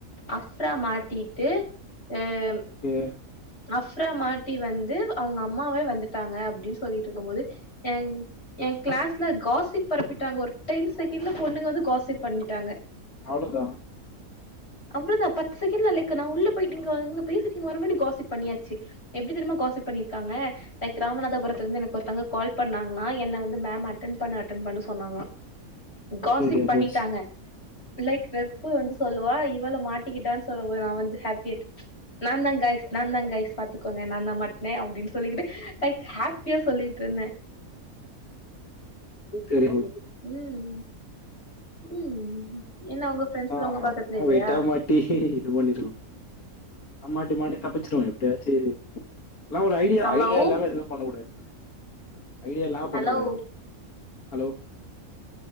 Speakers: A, on the left; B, on the left.
A: அஃப்ரா மாட்டிட்டு எ ம்
B: எது
A: அஃப்ரா மாட்டி வந்து அவுங்க அம்மாவே வந்துட்டாங்க அப்படின் சொல்லிட்ருக்கு போது என் ஏ கிளாஸ்ல காசிப் பரப்பிட்டாங்க ஒரு டென் செகண்ட்ல பொண்ணுங்க வந்து காசிப் பண்ணிட்டாங்க
B: அவ்ளதா
A: அவ்ளதா பத்து செகண்ட்ல லைக் நா உள்ள போய்ட்டு இங்க வந்து பேசிட் <unintelligible> காசிப் பண்ணியாச்சி எப்டி தெரிம்மா காசிப் பண்ணிருக்காங்க லைக் ராமநாதபுரத்துலருந்து எனக்கு ஒருத்தங்க கால் பண்ணாங்களா என்ன வந்து மேம் அட்டன் பண்ணு அட்டன் பண்ணு சொன்னாங்களா காசிப்
B: சரியா
A: பண்ணிட்டாங்க
B: போச்சு
A: லைக் ரெப்பு வந்து சொல்லுவா இவள மாட்டிக்கிட்டா சொல்ல போது நா வந்து ஹாப்பியட் நாந்தா காய்ஸ் நாந்தா காய்ஸ் பாத்துக்கோங்க நாந்தா மாட்ன அப்டின் சொல்லிகேகிட்டு லைக் ஹாப்பியா சொல்லிட்டுருந்த
B: தெரி போ
A: ம் ம் ம் ம் என்ன உங்க ஃப்ரெண்ட்ஸ்லா
B: ஆ
A: உங்க
B: அதெல்லா
A: பக்கத்துல இல்லயா
B: வெயிட்டா மாட்டி இது பண்ணிருவோ அமாட்டி மாட்டி தப்பிச்சிருவோ எப்டியாச்சு லா ஒரு ஐடியா
A: ஹலோ
B: ஐடியா இல்லாம எதுமே பண்ணக் கூடாது ஐடியாலா பண்ணக்
A: ஹலோ
B: கூடாது ஹலோ